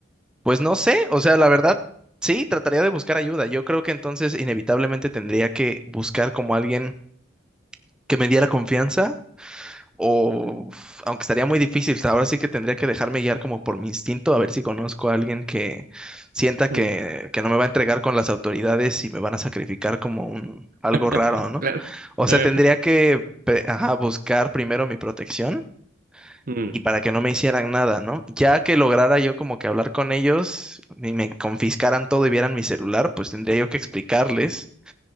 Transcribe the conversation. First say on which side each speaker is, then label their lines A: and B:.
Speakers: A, in the centre; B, on the right.
A: pues no sé, o sea, la verdad, sí, trataría de buscar ayuda. Yo creo que entonces inevitablemente tendría que buscar como alguien que me diera confianza O, uf, aunque estaría muy difícil, ahora sí que tendría que dejarme guiar como por mi instinto, a ver si conozco a alguien que sienta
B: mm.
A: que, que no me va a entregar con las autoridades y me van a sacrificar como un algo
B: <laughs>
A: raro, ¿no?
B: Claro.
A: O sea,
B: Eh,
A: tendría que pe- ajá, buscar primero mi protección
B: mm,
A: y para que no me hicieran nada, ¿no? Ya que lograra yo como que hablar con ellos y me confiscaran todo y vieran mi celular, pues tendría yo que explicarles